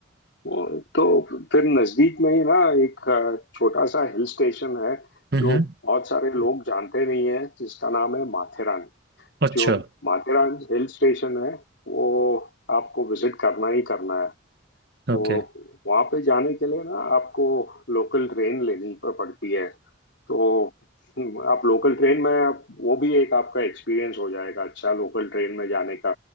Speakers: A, on the left (about 65°); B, on the right (about 55°).
A: वो तो फिर नजदीक में ही ना एक अ, छोटा सा हिल स्टेशन है
B: हम्म
A: जो बहुत सारे लोग जानते नहीं है जिसका नाम है माथेरान
B: अच्छा
A: जो माथेरान हिल स्टेशन है वो आपको विजिट करना ही करना है
B: ओके
A: तो वहाँ पे जाने के लिए ना आपको लोकल ट्रेन लेनी प- पड़ती है तो हम्म, आप लोकल ट्रेन में आप- वो भी एक आपका एक्सपीरियंस हो जाएगा अच्छा लोकल ट्रेन में जाने का